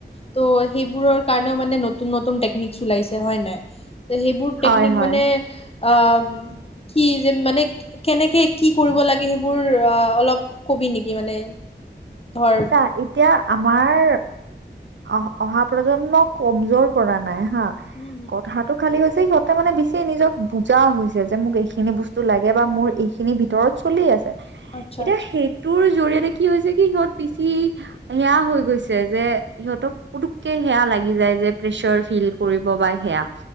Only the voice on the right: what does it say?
হয়
হয়
চা এতিয়া- আমাৰ অ অহা প্ৰজন্ম কমজোৰ পৰা নাই হা
কথাটো খালি হৈছে সিহঁতে মানে বেছি নিজক বুজা হৈছে যেন মোক এইখিনি বস্তু লাগে বা মোৰ এইখিনি ভিতৰত চলি আছে। এতিয়া
সেইটোৰ জৰিয়তে কি হৈছে কি সিহঁত পিছি, সেয়া হৈ গৈছে যে, সিহঁতক পুতুককে সেয়া লাগি যায় যে প্ৰেচাৰ ফিল কৰিব বা সেয়া,